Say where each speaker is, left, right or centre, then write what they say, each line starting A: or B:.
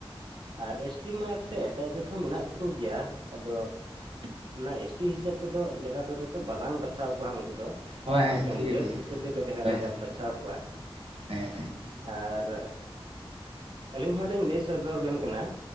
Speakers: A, on the right; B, on the right.
A: ᱟᱨ ᱮᱥᱴᱤ ᱢᱟ ᱛᱮᱫ ᱮᱴᱟᱜ ᱡᱟᱹᱛ ᱦᱚᱸ ᱢᱮᱱᱟᱜ ᱠᱚᱜᱮᱭᱟ᱾ ᱟᱫᱚ ᱚᱱᱟ ᱮᱥᱴᱤ ᱦᱤᱥᱟᱹᱵᱽ ᱛᱮᱫᱚ ᱞᱮᱠᱟ ᱛᱮᱫᱚ ᱛᱚ ᱵᱟᱞᱟᱝ ᱵᱟᱪᱷᱟᱣ ᱠᱚᱣᱟ ᱦᱟᱸᱜ ᱩᱱᱠᱩ ᱫᱚ᱾
B: ᱦᱳᱭ ᱦᱮᱸ
A: ᱮᱠᱮᱱ
B: ᱴᱷᱤᱠ ᱜᱮᱭᱟ
A: ᱡᱟᱹᱛ
B: ᱴᱷᱤᱠ
A: ᱦᱤᱥᱟᱹᱵᱽ
B: ᱜᱮᱭᱟ
A: ᱞᱮᱠᱟᱛᱮ ᱦᱟᱸᱜ
B: ᱦᱳᱭ
A: ᱞᱟᱝ
B: ᱦᱳᱭ
A: ᱵᱟᱪᱷᱟᱣ ᱠᱚᱣᱟ᱾
B: ᱦᱮᱸ
A: ᱟᱨ ᱟᱹᱞᱤᱧ ᱦᱚᱸᱞᱤᱧ ᱞᱟᱹᱭ ᱥᱚᱫᱚᱨ ᱵᱮᱱ ᱠᱟᱱᱟ᱾